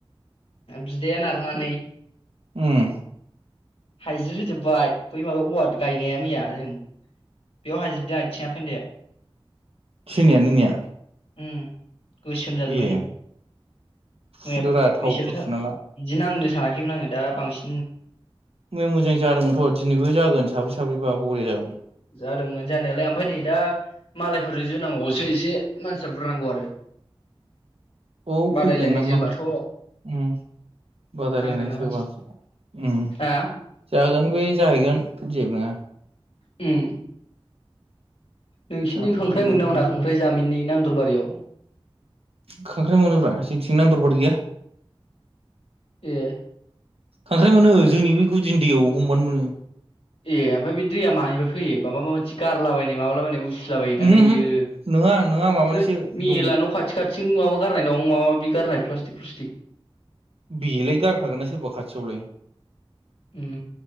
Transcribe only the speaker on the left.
बिदाया नारनानै
हायज्रिद होजोबबाय बै माबा औवा गायनाया मैया जों बेयाव हायज्रिदजों आथिङा फेन्दाया
उम गोसोम जाजोब्बाय
नै मैया
एसेल'थार
बिदि नांदो सानाखैमोन आङो दा बांसि
जादोंमोन जानायालाय आमफ्राय नै दा मालायफोरजों जोनांगौवावसो एसे मानसिया बुरजा नांगौ आरो
बादायलायनाय
जोबाथ'
नांगोन ना
मानसि
हा
उम नोंसिनथिं
खांख्राइ मोनोना मोना खांख्राइ जामिननि नां दरबारियाव
ए
ए आमफाय बे दैया मानिफ्राय फैयो बामाबा मोनसे गारलाबायनाय माबालाबायनाय उस सिलाबायोदांलै
बियो
थोद मेला
न' खाथि खा थिं माबा गारनाय दं माबा माबि गारनाय प्लास्टिक प्लुस्टिक
उम